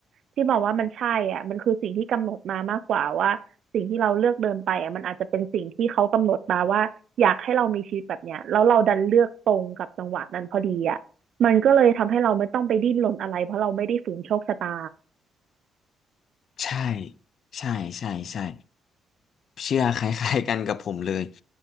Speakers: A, on the right (about 65°); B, on the left (about 60°).
A: ที่บอกว่ามันใช่อ่ะมันคือสิ่งที่กำหนดมามากกว่าว่าสิ่งที่เราเลือกเดินไปอ่ะมันอาจจะเป็นสิ่งที่เขากำหนดมาว่าอยากให้เรามีชีวิตแบบเนี้ยแล้วเราดันเลือกตรงกับจังหวะนั้นพอดีอ่ะมันก็เลยทำให้เราไม่ต้องไปดิ้นรนอะไรเพราะเราไม่ได้ฝืนโชคชะตา
B: ใช่ใช่ใช่ใช่เชื่อคล้ายๆกันกับผมเลย